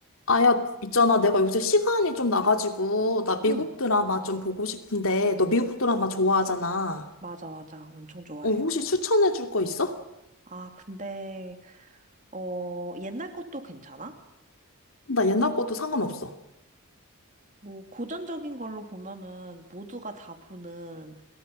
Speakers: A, on the left (about 65°); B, on the right (about 35°).
A: 아, 야, 있잖아. 내가 요새 시간이 좀 나가지고, 나 미국
B: 응,
A: 드라마 좀 보고 싶은데, 너 미국 드라마 좋아하잖아.
B: 맞아, 맞아. 엄청 좋아해.
A: 어, 혹시 추천해줄 거 있어?
B: 아, 근데, 어, 옛날 것도 괜찮아?
A: 나 옛날 것도 상관없어.
B: 뭐, 고전적인 걸로 보면은 모두가 다 보는